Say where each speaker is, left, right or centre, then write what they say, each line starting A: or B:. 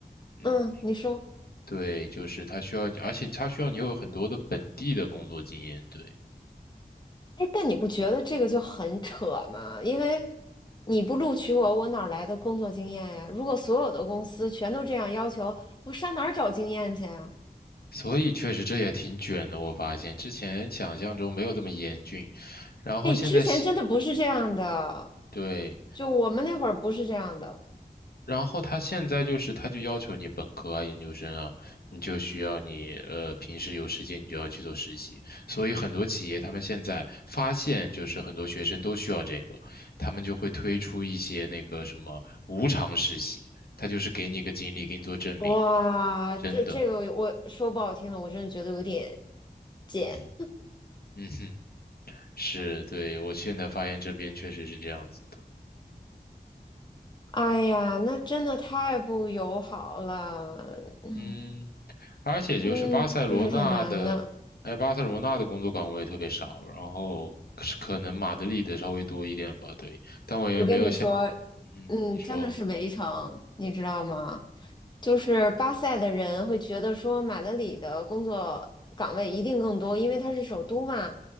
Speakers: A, on the left (about 70°); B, on the left (about 25°).
A: 嗯，
B: 嗯，你说。
A: 对，就是他需要你，而且他需要你有很多的本地的工作经验。对。
B: 哎，但你不觉得这个就很扯吗？因为你不录取我，我哪儿来的工作经验呀？如果所有的公司全都这样要求，我上哪儿找经验去啊？
A: 所以确实这也挺卷的，我发现之前想象中没有这么严峻，然后现在喜
B: 哎，之前真的不是这样的，
A: 对，
B: 就我们那会儿不是这样的。
A: 然后他现在就是他就要求你本科啊、研究生啊，你就需要你呃平时有时间你就要去做实习，所以很多企业他们现在发现就是很多学生都需要这个，他们就会推出一些那个什么无偿实习，他就是给你一个经历，给你做证明，
B: 哇，
A: 真的，
B: 这这个我说不好听的，我真的觉得有点贱。
A: 嗯嗯哼，是，对，我现在发现这边确实是这样子的。
B: 哎呀，那真的太不友好了。嗯
A: 嗯，而且就是巴塞罗那的，
B: 嗯，确实挺难的。
A: 哎，巴塞罗那的工作岗位特别少，然后可是可能马德里的稍微多一点吧，对，但我也没有想，
B: 我跟你说，
A: 嗯哼，
B: 嗯，
A: 你说，
B: 真的是围城，你知道吗？就是巴塞的人会觉得说马德里的工作岗位一定更多，因为它是首都嘛。